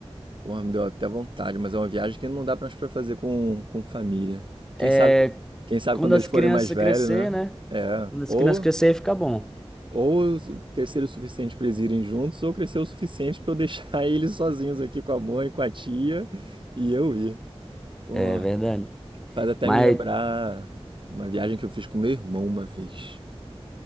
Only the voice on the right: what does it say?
Porra, me deu até vontade, mas é uma viagem que não dá mais pra fazer com, com família. Quem
sabe, quem sabe
quando
eles
forem mais velhos,
né?
É.
Ou,
ou crescer o suficiente pra eles irem juntos, ou crescer o suficiente pra eu deixar <laughs> eles sozinhos aqui com a mãe, com a tia e eu ir. Pô,
faz até
me lembrar uma viagem que eu fiz com meu irmão uma vez.